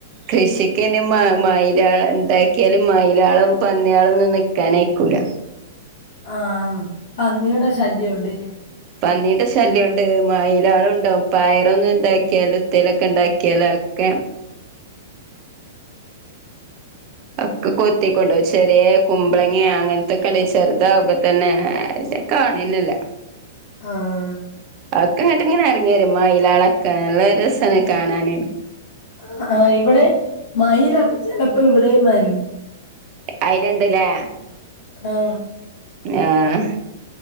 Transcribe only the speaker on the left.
ആഹ് പന്നിയുടെ ശല്യം ഉണ്ട്ല്ലേ
ആഹ്
ആഹ് ആഹ് ഇവിടേം മയിലൊക്കെ ചെലപ്പോ ഇവിടേം വരും
ഹം